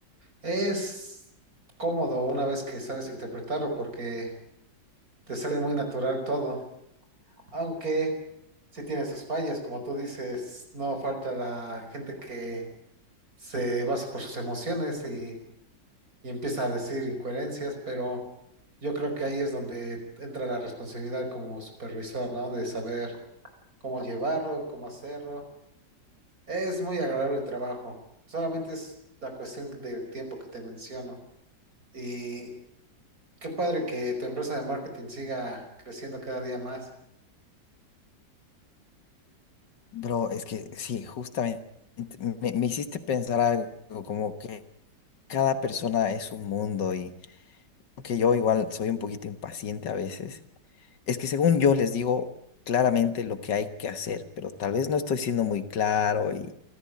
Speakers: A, on the right (about 50°); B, on the left (about 75°).
A: Es cómodo una vez que sabes interpretarlo porque te sale muy natural todo, aunque sí tiene sus fallas, como tú dices, no falta la gente que se basa por sus emociones y, y empieza a decir incoherencias, pero yo creo que ahí es donde entra la responsabilidad como supervisor, ¿no? De saber cómo llevarlo, cómo hacerlo. Es muy agradable el trabajo, solamente es la cuestión del tiempo que te menciono. Y Qué padre que tu empresa de marketing siga creciendo cada día más.
B: Bro, es que sí, justamente me, me hiciste pensar algo como que cada persona es un mundo y que yo igual soy un poquito impaciente a veces. Es que según yo les digo claramente lo que hay que hacer, pero tal vez no estoy siendo muy claro y,